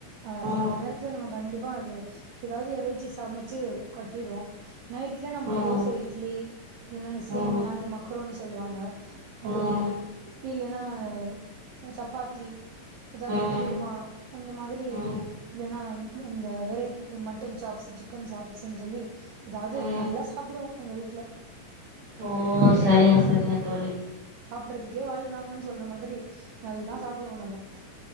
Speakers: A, on the right; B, on the right.
A: அவ்
B: ம்
A: அந்த நேரத்துல நம்ம கண்டிப் பா அது எதாவது எறைச்சி சம ச்சி கட்டிருவோ நைட்ல நம்ம
B: ம்
A: தோச, இட்லி, இல்லந்த சேமியா
B: ம்
A: இந்த மக் ரோனி சொல்லுவாங்க அது
B: ம்
A: இல்லன்னா உ சப்பாத்தி அதாவது
B: ம்
A: குருமா அந்த மாதிரி
B: ம்
A: இல்லன்னா ம் அந்த எறை இ மட்டன் சாப்ஸ் சிக்கன் சாப்ஸ்சுன் சொல்லி எதாவது
B: ம்
A: நல்லா சாப்புடுவோ எங்க வீட்ல
B: ஓ சரிங்க சரிங்க தோழி
A: பட்றதுக்கே வாழ்றாங்கன் சொன்ன மாதிரி நல்லா சாப்புடுவோ நம்ம